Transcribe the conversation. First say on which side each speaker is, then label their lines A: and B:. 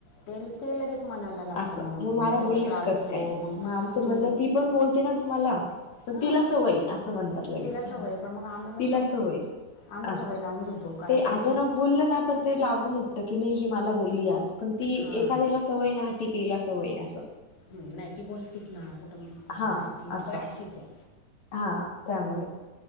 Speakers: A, on the left (about 70°); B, on the left (about 50°).
A: ते ते लगेच मनाला लागतं
B: असं. मग मला
A: त्याचा
B: बोललीच
A: त्रास
B: कसं
A: होतो
B: काय मग? आमचं
A: तू
B: म्हणणं, ती पण बोलते ना तुम्हाला? तर
A: हां
B: तिला सवय ये असं म्हणतात लगेच,
A: तिला सवय आहे, पण मग आम्हाला
B: तिला सवय
A: आम्ही सवय
B: असं
A: लावून घेतो कारण
B: ते अचानक
A: तो ती
B: बोललं ना, तर ते लागून की नाही ही मला बोलली आज, पण ती
A: हां
B: एखाद्याला सवय ना हात टेकीला सवय आहे असं.
A: हम्म नाही ती बोलतीच ना कुठं कुठं
B: हा
A: काय? ती
B: असं
A: प अशीच हाय.
B: हा त्यामुळे